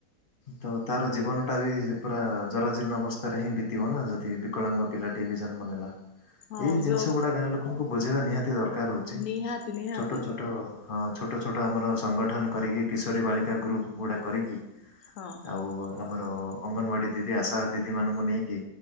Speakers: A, on the left; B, on the left.
A: ତ ତାର ଜୀବନ ଟା ବି ପୁରା ଜରଜୀର୍ଣ୍ଣ ଅବସ୍ଥାରେ ହିଁ ବିତିବ ନା ଯଦି ବିକଳାଙ୍ଗ ପିଲାଟି ବି ଜନ୍ମ ନେଲା
B: ହଁ
A: ଏଇ ଜିନିଷ
B: ଯୋଉ
A: ଗୁଡା ଗାଁ ଲୋକଙ୍କୁ ବୁଝେଇବା ନିହାତି ଦରକାର ହଉଛି।
B: ନିହାତି ନିହାତି
A: ଛୋଟ ଛୋଟ ହଁ। ଛୋଟ ଛୋଟ ଆମର ସଂଗଠନ କରିକି କିଶୋରୀ ବାଳିକା ଗ୍ରୁପ୍ ଗୁଡ଼ା କରିକି।
B: ହଁ
A: ଆଉ ଆମର
B: <inaudible>
A: ଅଙ୍ଗନବାଡି ଦିଦି ଆଶା ଦିଦି ମାନଙ୍କୁ ନେଇକି